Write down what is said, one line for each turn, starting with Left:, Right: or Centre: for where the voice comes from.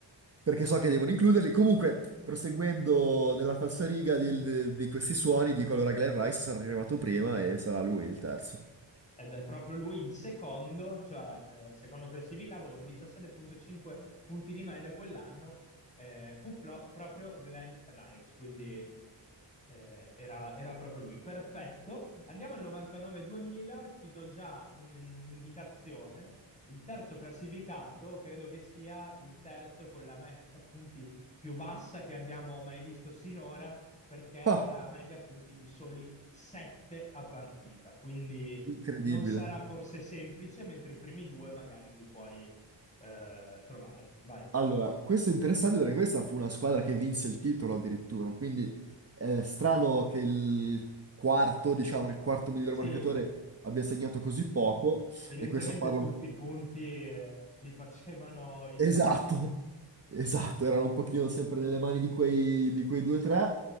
Right: perché so che devono includerli. Comunque, proseguendo nella falsariga del- di questi suoni, dico allora Glenn Rice sarà arrivato prima e sarà lui il terzo.
Left: Ed è proprio lui il secondo, cioè eh, secondo classificato con 17,5 punti di media quell'anno, eh, fu pro- proprio Glenn Rice, quindi eh, era, era proprio lui. Perfetto. Andiamo al 99-2000, ti do già un- un'indicazione. Il terzo classificato credo che sia il terzo con la media punti più bassa che abbiamo mai visto sinora, perché
Right: Ah,
Left: ha la media punti di soli 7 a partita, quindi
Right: incredibile.
Left: non sarà forse semplice, mentre i primi due magari li puoi eh, trovare. Vai.
Right: Allora, questo è interessante perché questa fu una squadra che vinse il titolo addirittura, quindi è strano che il quarto, diciamo, il quarto miglior
Left: Sì,
Right: marcatore
Left: eh,
Right: abbia segnato così poco
Left: evidentemente
Right: e questo parla
Left: tutti i punti eh, li facevano i soliti,
Right: Esatto, esatto, erano un pochino sempre nelle mani di quei, di quei due o tre.